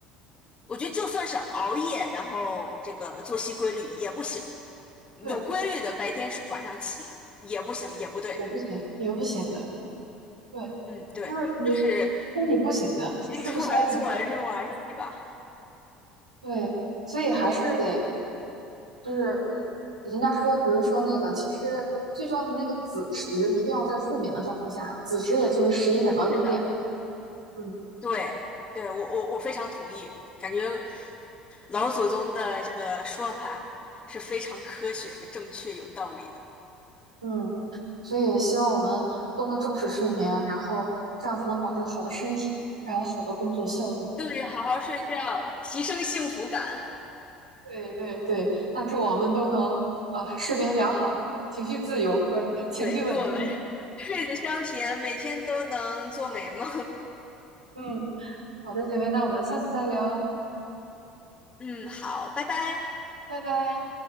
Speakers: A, on the left; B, on the right.
A: 我觉得就算是熬夜，然后这个作息规律也不行，有规律的白天睡晚上起也不行，
B: 对，
A: 也不对。
B: 也不行，也不行的。对，
A: 嗯，对，
B: 就是你
A: 就是
B: 身体不行的，
A: 日出而作，
B: 吃不消的。
A: 日落而息吧。
B: 对，所以还是得就是人家说，比如说那个，其实最重要的那个子时一定要在睡眠的状态下，子时也就是十一点到一点。
A: 是的，
B: 嗯，
A: 对，对，我我我非常同意，感觉老祖宗的这个说法是非常科学、正确、有道理的。
B: 嗯，所以希望我们都能重视睡眠，然后这样才能保证好的身体，然后好的工作效率。
A: 对，好好睡觉，提升幸福感。
B: 对对对，那祝我们都能啊睡眠良好，情绪自由，不是情绪稳定。
A: 对，祝我们睡得香甜，每天都能做美梦。
B: 嗯，好的，姐妹，那我们下次再聊，
A: <laughs> 嗯，好，拜拜。
B: 拜拜。